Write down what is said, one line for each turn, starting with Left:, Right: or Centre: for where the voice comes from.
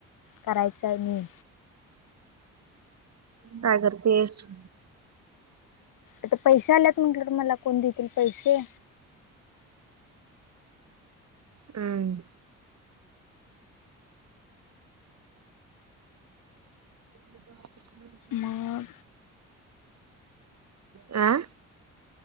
Left: करायचं आहे मी
Right: काय करतेस?
Left: आता पैशे आल्यात म्हटलं तर मला कोण देतील पैशे?
Right: हम्म. <inaudible>
Left: मग
Right: अं?